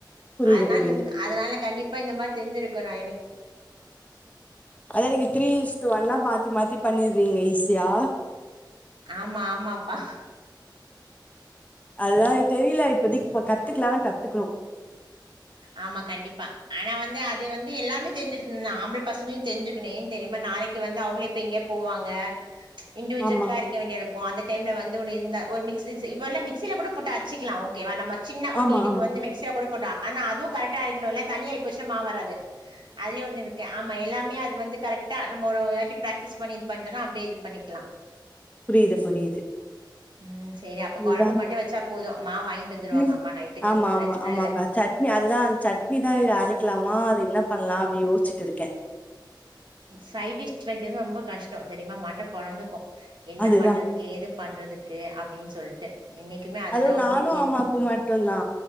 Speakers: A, on the left (about 20°); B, on the right (about 75°).
A: புரியுது
B: அதனால
A: புரியுது
B: அதனால கண்டிப்பா இந்த மாதிரி தெரிஞ்சிருக்கு எனக்கு
A: அதா நீங்க த்ரீ இஸ்டு ஒன்னா மாத்தி மாத்தி பண்ணிடுறீங்க ஈஸியா
B: ஆமா ஆமாப்பா
A: அதா தெரியல இப்பதிக்கு கத்துக்கலானா கத்துக்கணு
B: ஆமா கண்டிப்பா ஆனா வந்து அதது வந்து எல்லாமே தெரிஞ்சிருக்கனு ஆம்பள பசங்களு தெரிஞ்சுக்கனு ஏ தெரியுமா நாளைக்கு க்குவந்து அவங்களே இப்ப எங்கேயு போவாங்க ம்ச் இண்டுவிஜிலா
A: ஆமா
B: இருக்க வேண்டிய இருக்கு அந்த டைம்ல வந்து இந்த ஒரு மிக்சி இப்ப எல்லாம் மிக்சியில கூட போட்டு அரைச்சிக்கலா ஓக்கேவா நம்ம சின்ன ஒரு
A: ஆமா
B: ஈடுக்கு
A: ஆமா
B: வந்து மிக்சியில கூட போட்டு ஆனா அது கரக்டா அரைக்கணு இல்ல தண்ணியாயி போச்சுனா மாவு வராது அதுலையு ஒண்ணு இருக்கு ஆமா எல்லாமே அது வந்து கரெக்டா நம் ஒரு வாட்டி பிராக்டிஸ் பண்ணி இது பண்ணிட்டோ அப்படியே இது பண்ணிக்கலா
A: புரியுது புரியுது
B: ம் செரி அப்போ
A: அதுதா
B: கொழம்பு மட்டு வெச்சா போது மாவு வாங்கிட்டு வந்துருவாங்க
A: ம்
B: அம்மா நைட்டுக்கு
A: ஆமா
B: பிரச்சனை
A: ஆமா ஆமாக்கா
B: இல்ல
A: சட்னி அதுதா அ சட்னிதா அரைக்கலாமா அது என்ன பண்ணலா அப்படினு யோச்சுட்டு இருக்கே
B: சைடிஷ் வெக்கிறது ரொம்போ கஷ்டோ தெரியுமா மண்ட பொளந்துக்கு என்ன
A: அதுதா
B: பண்றதுக்கு ஏது பண்றதுக்கு அப்படின்னு சொல்லிட்டு இன்னைக்குமே அததா
A: அதுவு
B: ஒரு
A: நானு
B: பெரிய
A: அம்மாக்கு மட்டுந்தா